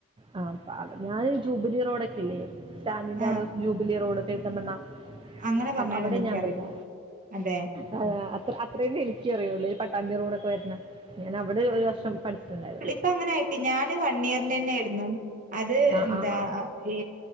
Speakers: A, on the right; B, on the right.
A: ആ ഞാന് ജൂബിലി റോഡൊക്കെ ഇല്ലേ സ്റ്റാന്റിന്റെ
B: ആ
A: അവിടെ ജൂബിലി റോഡ് പെരുന്തമണ്ണ
B: അങ്ങനെ പറഞ്ഞാലൊന്നും
A: അ അവിടെ
B: എനിക്കറിയില്ല
A: ഞാൻ പടിച്ച്
B: അതെ
A: ആ അത്ര അത്രേം എനിക്കും അറിയുള്ളൂ ഈ പട്ടാമ്പി റോടൊക്കെ വരണ ഞാൻ അവിടെ ഒരു വർഷം പഠിച്ചിട്ടുണ്ടായിരുന്നു
B: അപ്പ അങ്ങനെ ഐ ട്ടി ഞാന് വൺ ഇയറിന്റെ തന്നെ ആയിരുന്നു അത്
A: ആ
B: എന്താ
A: ആ ആ
B: ഈ